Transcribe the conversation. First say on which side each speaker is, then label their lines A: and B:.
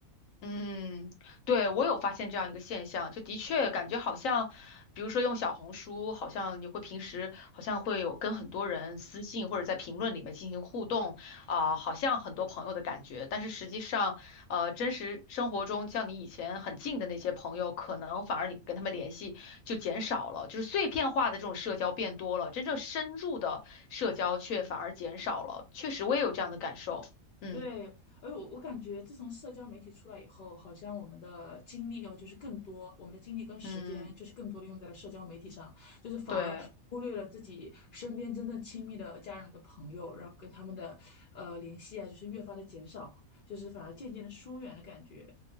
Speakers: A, on the left; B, on the left.
A: 嗯，对，我有发现这样一个现象，就的确感觉好像，比如说用小红书，好像你会平时好像会有跟很多人私信或者在评论里面进行互动，啊、好像很多朋友的感觉，但是实际上，呃，真实生活中像你以前很近的那些朋友，可能反而你跟他们联系就减少了，就是碎片化的这种社交变多了，真正深入的社交却反而减少了，确实我也有这样的感受，嗯
B: 对，而我我感觉自从社交媒体出来以后，好像我们的精力哦，就是更多，我们的精力跟时间就是更多的用在了社交媒体上，
A: 嗯，
B: 就是反而忽略了自己身边真正亲密的家人跟朋友，
A: 对。
B: 然后跟他们的呃联系啊，就是越发的减少，就是反而渐渐的疏远的感觉。